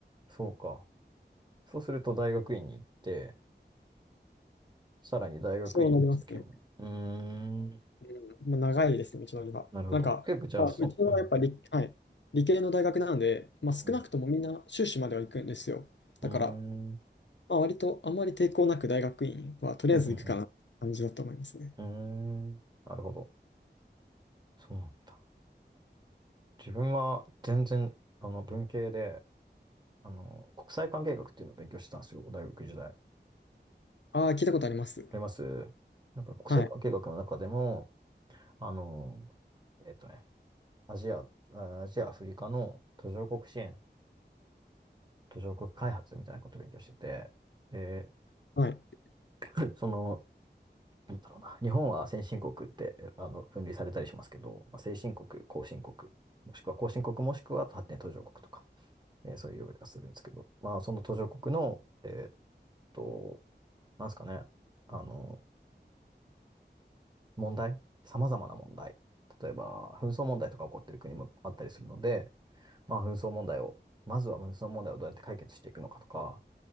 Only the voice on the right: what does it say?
そうか。そうすると大学院に行って、さらに大学院の先も。
うーん、
なるほど。
結構じゃあ、
そう、
うん。
うん。
うーん。うん
うんうん。うーん。なるほど。そうなんだ。自分は全然、あの、文系で、あの、国際関係学っていうのを勉強してたんですよ、大学時代。
ありますなんか国際関係学の中でも、
あの、えっとね、アジア、あアジア、アフリカの途上国支援、途上国開発みたいなことを勉強してて、で
<laughs> <clears throat> その、なんだろうな、日本は先進国ってあの分類されたりしますけど、まあ、先進国、後進国、もしくは後進国、もしくは発展途上国とか、えーそういう呼び方するんですけど、まあ、その途上国の、えーっと、なんですかね、あの、問題、さまざまな問題、例えば紛争問題とか起こってる国もあったりするので、まあ、紛争問題を、まずは紛争問題をどうやって解決していくのかとか、